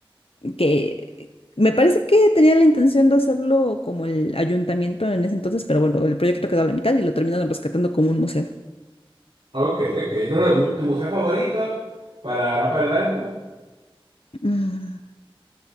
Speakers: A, on the left (about 80°); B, on the right (about 80°).
A: Que me parece que tenía la intención de hacerlo como el ayuntamiento en ese entonces, pero bueno, el proyecto quedó a la mitad y lo terminaron rescatando como un museo.
B: Ok, ok. Entonces, ¿tu museo favorito? Para no perdérmelo.
A: Mm,